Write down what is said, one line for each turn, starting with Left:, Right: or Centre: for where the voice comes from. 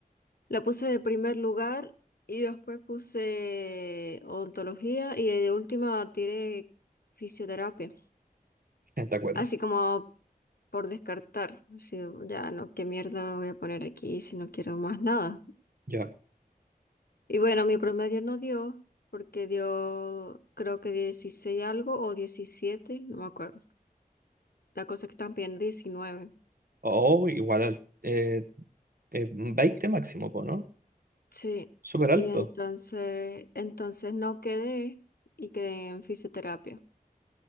Left: la puse de primer lugar y después puse odontología y de última tiré fisioterapia.
Right: <laughs> ¿te acuerdas?
Left: Así como por descartar, si ya no, qué mierda voy a poner aquí si no quiero más nada.
Right: Ya.
Left: Y bueno, mi promedio no dio, porque dio creo que 16 algo o diecisiete no me acuerdo. La cosa es que están pidiendo 19.
Right: Oh, igual al eh, eh, 20 máximo, po, ¿no?
Left: Sí.
Right: Súper alto.
Left: Y entonces, entonces no quedé y quedé en fisioterapia.